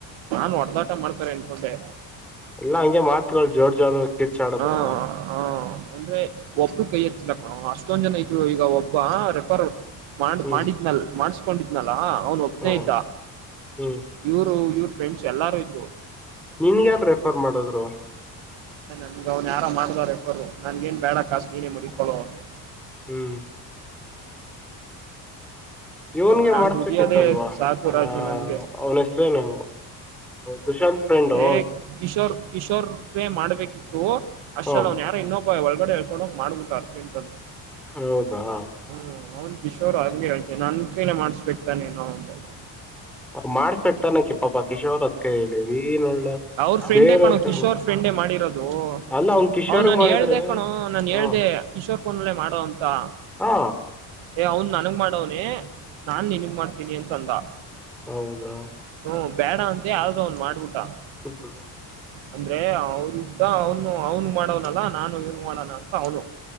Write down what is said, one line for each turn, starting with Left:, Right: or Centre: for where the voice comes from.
Right: ನಾನ್ ಹೊಡೆದಾಟ ಮಾಡ್ತಾರೆ ಅನ್ಕೊಂಡೆ.
Centre: ಎಲ್ಲಾ ಹಂಗೆ ಮಾತ್ಗಳು ಜೋರ್ ಜೋರಗೆ ಕಿರ್ಚಾಡದ್ರ.
Right: ಹಾ ಹಾ ಅಂದ್ರೆ ಒಬ್ರು ಕೈ ಎತ್ತಿಲ್ಲ ಕಣೋ ಅಷ್ಟೊಂದ್ ಜನ ಇದ್ರು ಈಗ ಒಬ್ಬ ರೆಫರ್. ಮಾಡ
Centre: ಹ್ಮ್
Right: ಮಾಡಿದ್ನಲ್ ಮಾಡಸ್ಕೊಂಡಿದ್ನಲ್ಲ ಅವ್ನ್ ಒಬ್ಬನೇ
Centre: ಹಾ
Right: ಇದ್ದ.
Centre: ಹ್ಮ್
Right: ಇವ್ರು ಇವ್ರ ಫ್ರೆಂಡ್ಸ್ ಎಲ್ಲಾರು ಇದ್ರು.
Centre: ನಿನ್ ಯಾರು ರೆಫರ್ ಮಾಡದ್ರು.
Right: ನ ಅವ್ನ್ ಯಾರೋ ಮಾಡ್ದ ರೆಫರ್ ನನ್ಗೇನ್ ಬೇಡ ಕಾಸು ನೀನೇ ಮಡಿಕೊಳೋ ಅಂದೆ.
Centre: ಹ್ಮ್
Right: ಅಯ್ಯೋ
Centre: ಇವನ್ಗೆ
Right: ನಾನ್
Centre: ಮಾಡ್ಸ್ಬೇಕಿತ್ತಲ್ವಾ
Right: ದುಡಿಯೋದೇ ಸಾಕು
Centre: ಆ
Right: ರಾಜು ನನ್ಗೆ
Centre: ಅವ್ಳ್ ಹೆಸ್ರೇನು. ದುಶ್ಯಂತ್ ಫ್ರೆಂಡೊ.
Right: ಏ ಕಿಶೋರ್ ಕಿಶೋರ್ ವೆ ಮಾಡ್ಬೇಕಿತ್ತು ಅಷ್ಟಲ್
Centre: ಹ
Right: ಅವ್ನ್ ಯಾರ ಇನ್ನೊಬ್ ಬ್ಹ ಒಳಗಡೆೇಳ್ಕೊಂಡ ಹೋಗ್ ಮಾಡಬಿಟ್ಟಾ ಅರ್ಜೆಂಟ್ ಅಲ್ಲಿ.
Centre: ಹೌದಾ.
Right: ಹ್ಮ್ ಅವ್ನ್ ಕಿಶೋರ್ ಹಂಗೆ ಹೇಳ್ತ ನನ್ ಕೈಲೆ ಮಾಡ್ಸ್ಬೇಕ ತಾನೇ ಏನೋ ಅಂತಇದ್ದ.
Centre: ಪಾಪಾ ಮಾಡ್ಸಾಕ್ ತಾನೆ ಕಿಪ್ಪಾಪ್ಪ ಕಿಶೋರ ಹೊತ್ ಕೈಯಲಿ ನೀನ್ ಒಳ್ಳೆ.
Right: ಅವ್ರ ಫ್ರೆಂಡೇ
Centre: ಬೇರೆಯವ್ರ್
Right: ಕಣೋ
Centre: ಕೈ
Right: ಕಿಶೋರ್
Centre: ಮಾಡ್
Right: ಫ್ರೆಂಡೇ ಮಾಡಿರೋದು
Centre: ಅಲ್ಲ ಅವ್ನ್ ಕಿಶೋರ್ಗ್
Right: ಅವ ನನ್
Centre: ಮಾಡಿದ್ರೆ
Right: ಹೇಳ್ದ ಕಣೋ ನಾನ್
Centre: ಹ
Right: ಹೇಳ್ದೆ ಕಿಶೋರ್ ಪೋನ್ ಅಲ್ಲೆ ಮಾಡು ಅಂತಾ.
Centre: ಹಾ.
Right: ಏ ಅವ್ನ್ ನನ್ಗ್ ಮಾಡವ್ನನೆ ನಾನ್ ನಿನ್ಗ್ ಮಾಡ್ತೀನಿ ಅಂತ ಅಂದ.
Centre: ಹೌದಾ.
Right: ಹ್ಮ ಬೇಡ ಅಂದೆ ಅದ್ರು ಅವ್ನು ಮಾಡ್ಬಿಟ್ಟಾ.
Centre: <unintelligible>
Right: ಅಂದ್ರೆ ಅವರು ಅವನು ಅವನು ಮಾಡವನಲ್ಲಾ ನಾನು ಇವನ್ ಮಾಡೋಣ ಅಂತ ಅವನು.